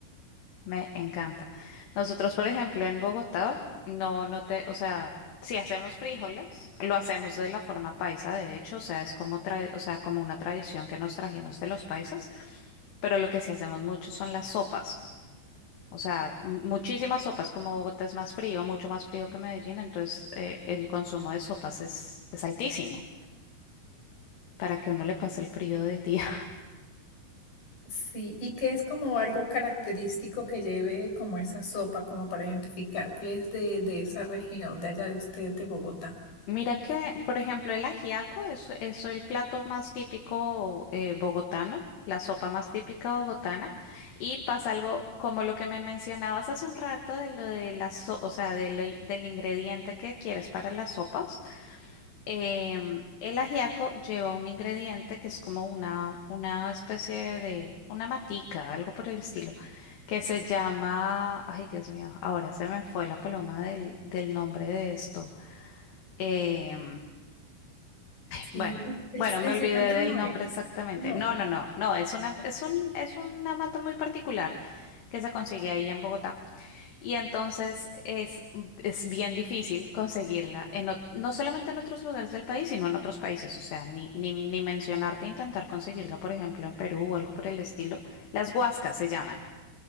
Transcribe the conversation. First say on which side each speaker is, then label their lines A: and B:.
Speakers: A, on the left (about 75°); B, on the left (about 60°).
A: Me encanta. Nosotros, por ejemplo, en Bogotá, no, no te, o sea, si hacemos frijoles, lo hacemos de la forma paisa, de hecho, o sea, es como tra- o sea, como una tradición que nos trajimos de los paisas, pero lo que sí hacemos mucho son las sopas. O sea, m- muchísimas sopas, como Bogotá es más frío, mucho más frío que Medellín, entonces eh, el consumo de sopas es, es altísimo para que uno le pase el frío del día.
B: Sí, y que es como algo característico que lleve como esa sopa, como para identificar que es de, de esa región, de allá de ustedes, de Bogotá.
A: Mira que, por ejemplo, el ajiaco es, es el plato más típico eh, bogotano, la sopa más típica bogotana, y pasa algo como lo que me mencionabas hace un rato de lo de la so- o sea, de lo in- del ingrediente que quieres para las sopas. Em, el ajiaco lleva un ingrediente que es como una, una especie de, una matica, algo por el estilo, que se llama, ay Dios mío, ahora se me fue la paloma del, del nombre de esto. em,
B: Sí,
A: bueno,
B: el,
A: bueno, me
B: el
A: olvidé
B: cilantro
A: del
B: no
A: nombre
B: es,
A: exactamente.
B: no.
A: No, no, no, no, es una, es un, es una mata muy particular que se consigue ahí en Bogotá. Y entonces es, es bien difícil conseguirla, en, ot- no solamente en otros lugares del país, sino en otros países. O sea, ni, ni, ni mencionarte intentar conseguirla, por ejemplo, en Perú o algo por el estilo. Las huascas se llaman.